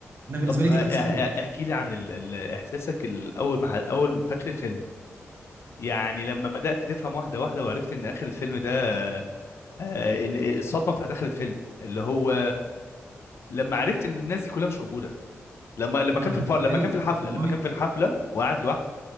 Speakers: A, on the right (about 45°); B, on the left (about 60°).
A: انا بالنسبة
B: طب
A: لي
B: آه،
A: دي كانت
B: آه،
A: صدمة
B: احكي لي عن ال... ال... احساسك ال- اول ما ح- اول ما فاكر الفيلم يعني لما بدأت تفهم واحدة واحدة وعرفت ان اخر الفيلم ده آه، ان الصدمة بتاعت اخر الفيلم اللي هو لما عرفت ان الناس دي كلها مش موجودة لما لما
A: لا
B: كان
A: انا
B: في الف...
A: بالنسبة
B: لما
A: لي
B: كان في الحفلة
A: والله
B: لما كان في الحفلة وقعد لوحده